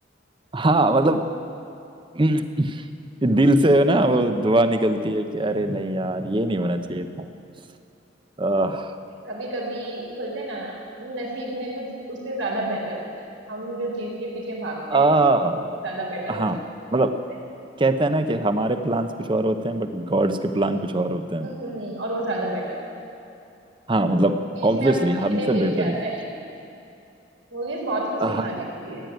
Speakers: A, on the right (about 25°); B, on the right (about 80°).
A: हाँ मतलब <clears throat> दिल से ना वो दुआ निकलती है कि अरे नहीं यार ये नहीं होना चाहिए था आह,
B: कभी कभी बोलते हैं ना नसीब में कुछ उससे ज्यादा बेहतर होता है हम जो चीज के पीछे भागते
A: आह,
B: हैं वो ज्यादा बेटर हो
A: हाँ
B: जाता
A: मतलब
B: है
A: कहते हैं ना कि हमारे प्लान्स कुछ और होते हैं बट गॉड्स के प्लान कुछ और होते हैं
B: हम्म, और वो ज्यादा बेटर हो
A: हाँ मतलब
B: वो मूवीज
A: ऑब्वियसली
B: में हमको सीखने
A: हमसे
B: मिल
A: बेटर
B: जाता
A: ही सोचते
B: है लेकिन मूवीज बहुत कुछ
A: हैं
B: सिखा
A: हाँ
B: देती